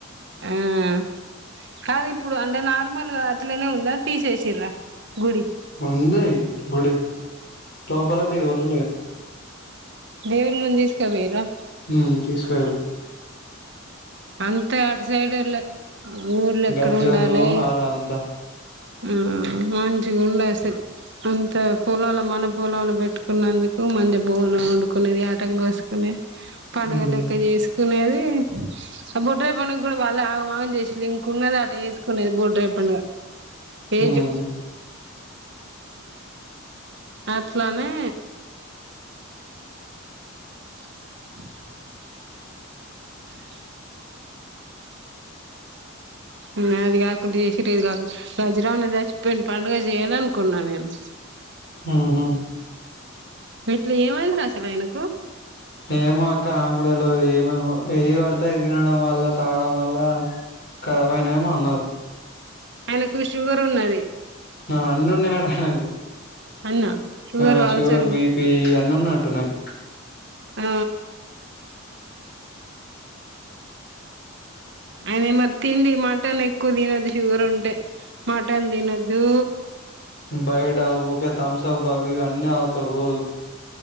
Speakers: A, on the right; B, on the left.
A: మ్మ్ కాదు ఇప్పుడు అంటే నార్మల్గా అట్లనే ఉందా తీసేసిర్ర గుడి
B: ఉంది గుడి లోపల దేవుళ్లు లేరు
A: దేవుళ్ళను తీసుకపోయిర్రా
B: ఉమ్ తీసుకుపోయిర్రు
A: అంతా అటు సైడోళ్ళే ఊర్ల ఎక్కడ
B: గజ్జోళ్ళు
A: ఉండాలే
B: ఆళ్ళంతా
A: హ్మ్ మంచిగుండే అసల్ అంత పొలంల మన పొలంల పెట్టుకున్నందుకు మంది బోనం వండుకునేది యాటను కొసుకునేది. పండగలెక్క
B: ఉమ్
A: చేస్ కునేది ఆ బొడ్రాయి పండగ కుడా వాళ్ళే ఆగం ఆగం చేసిల్ల్ ఇంకున్నది అట ఎసుకునేది బొడ్రాయి పండగ ఏజ్
B: ఉమ్
A: అట్లానే <inaudible> <inaudible> హ్మ్ అది కాకుండా చేసిర్రు ఇది కాకుండా సచ్చిరమ్మన్నా సంచిపోయిండ్ పండుగ చేయర్రానుకున్నా నేను
B: హ్మ్ హు
A: ఎట్ల ఏమైంద్రా అసలు ఆయనకు
B: ఏమో అక్క నాగుడా తెలవదు ఏమమో ఏయ్యి పడితే అయ్యి తినడం వల్ల తాగడం వల్ల ఖరాబయినో ఏమో అన్నరు
A: ఆయనకు షుగర్ ఉన్నది.
B: ఆ అన్నీ ఉన్నాయట ఆయనకు
A: అన్న
B: ఆ
A: అల్సరు
B: షుగర్, బిపి అన్ని ఉం టున్నయి
A: ఆ ఆయనే మరి తిండి మటన్ ఎక్కువ తినొద్దు షుగర్ ఉంటే మటన్ తినొద్దు
B: బయట ఊకే థమ్సప్లు అవి ఇవి అన్నీ తాగుతరు రోజు